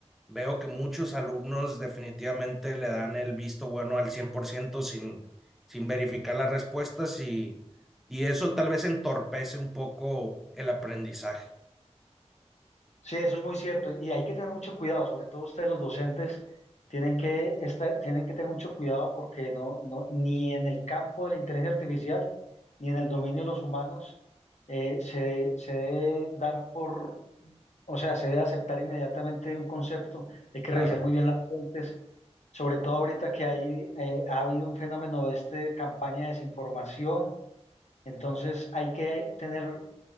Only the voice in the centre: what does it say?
veo que muchos alumnos definitivamente le dan el visto bueno al 100% sin, sin verificar las respuestas y, y eso tal vez entorpece un poco el aprendizaje.
Claro.